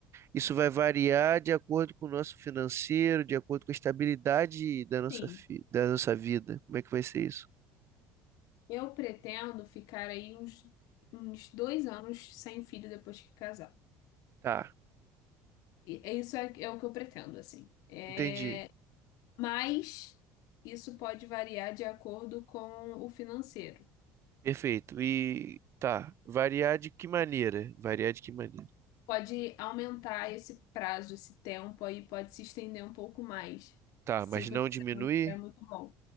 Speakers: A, on the right (about 45°); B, on the left (about 75°).
A: Isso vai variar de acordo com o nosso financeiro, de acordo com a estabilidade da nossa,
B: Sim.
A: fi- da nossa vida. Como é que vai ser isso?
B: Eu pretendo ficar aí uns, uns dois anos sem filho depois que casar.
A: Tá,
B: E é isso é, é o que eu pretendo, assim. É,
A: entendi.
B: mas isso pode variar de acordo com o financeiro.
A: Perfeito. E tá, variar de que maneira? Variar de que maneira?
B: Pode aumentar esse prazo, esse tempo aí, pode se estender um pouco mais,
A: Tá,
B: se
A: mas
B: o financeiro
A: não diminuir?
B: não estiver muito bom.